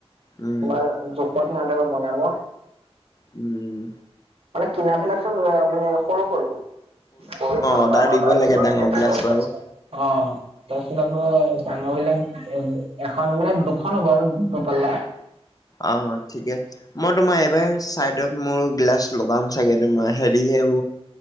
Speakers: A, on the left; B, on the right.
A: উম
B: তোমাৰ জোখত সিহতেক বনাব।
A: উম।
B: কিনাবিলাক চব মানে সৰু সৰু। সৰু অ'
A: অৰ্ডাৰ
B: ত দিব
A: লাগে
B: ল
A: ডাঙৰ গিলাচ বাৰু
B: অ'। তাৰপিছত আকৌ ডাঙৰ বিলাক এখন মানে দুখন হ'ব আৰু দুপাল্লা।
A: অ' অ' ঠিকেছে মই তোমাৰ এইবাৰ চাইডত মোৰ গিলাচ লগাম চাগে তোমাৰ হেৰি হেৰ